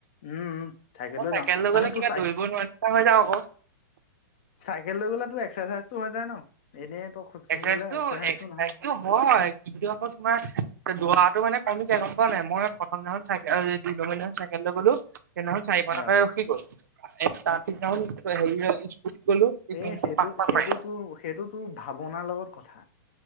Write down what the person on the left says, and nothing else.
উম-উম, থাকিলেও
যাওঁ,
মানে
তোৰ
চাইকেল <unintelligible> কেল লৈ গ'লে তোৰ এক্সাৰচাইজটো হৈ যায় ন? এনেই তই খোজকাঢ়ি
গ'লে এক্সাৰচাইজটো নহয়
অ
এ সেইটো,
সেইটোতোৰ-সেইটোতোৰ
ভাৱনাৰ লগত কথা।